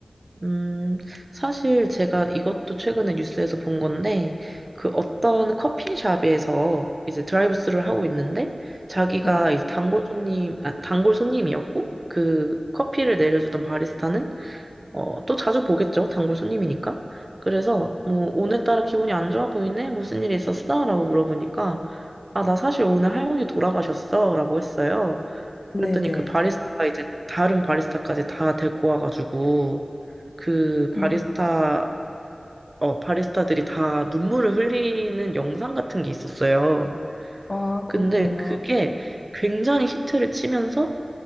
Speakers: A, on the right (about 35°); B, on the left (about 35°).
A: 음, 사실 제가 이것도 최근에 뉴스에서 본 건데, 그 어떤 커피숍에서 이제 드라이브스루를 하고 있는데, 자기가
B: 네.
A: 이제 단골 손님, 아, 단골 손님이었고, 그 커피를 내려주던 바리스타는, 어, 또 자주 보겠죠. 단골 손님이니까. 그래서, 뭐, 오늘따라 기분이 안 좋아 보이네? 무슨 일이 있었어? 라고 물어보니까, 아, 나 사실 오늘 할머니 돌아가셨어. 라고 했어요. 그랬더니
B: 네네.
A: 그 바리스타가 이제 다른 바리스타까지 다 데리고 와가지고 그 바리스타
B: 음.
A: 어 바리스타들이 다 눈물을 흘리는 영상 같은 게 있었어요.
B: 아,
A: 근데
B: 그렇군요.
A: 그게 굉장히 히트를 치면서